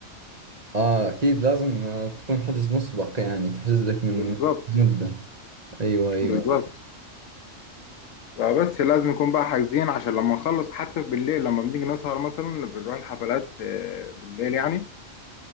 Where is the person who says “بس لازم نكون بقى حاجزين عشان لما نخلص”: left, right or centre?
Left